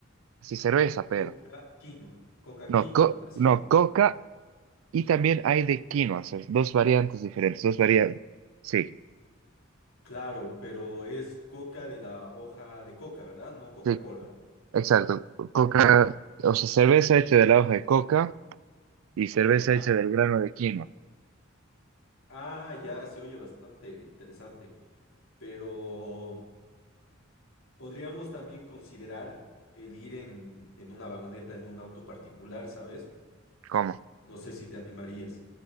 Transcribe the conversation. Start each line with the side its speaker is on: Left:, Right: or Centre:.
Right: sí cerveza, pero.
Left: Coca quinoa, coca quinoa,
Right: No, co-
Left: ¿así?
Right: no, coca Y también hay de quinoa, o sea, dos variantes diferentes, dos variantes. Sí,
Left: Claro, pero es coca de la hoja de coca, ¿verdad? No Coca-Cola,
Right: sí, exacto. Coca, o sea, cerveza hecha de la hoja de coca y cerveza
Left: ¿ya?
Right: hecha del grano de quinoa.
Left: Ah, ya, se oye bastante interesante, pero podríamos también considerar el ir en, en una vagoneta, en un auto particular, ¿sabes?
Right: ¿Cómo?
Left: No sé si te animarías.